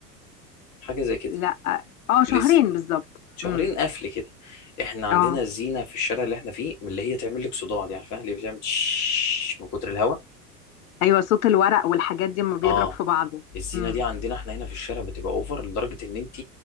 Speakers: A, on the left; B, on the left.
A: حاجه زي كده
B: لا اه آه، شهرين
A: لسه
B: بالظبط
A: شهرين
B: امم
A: قفل كده احنا عندنا
B: اه
A: الزينه في الشارع اللي احنا فيه من اللي هي تعمل لك صداع دي عارفاها اللي بتعمل تش من كتر الهواء
B: ايوه صوت الورق والحاجات دي لما بيضرب
A: اه
B: في بعضه
A: الزينه
B: امم
A: دي عندنا احنا هنا في الشارع بتبقى اوفر لدرجه ان انت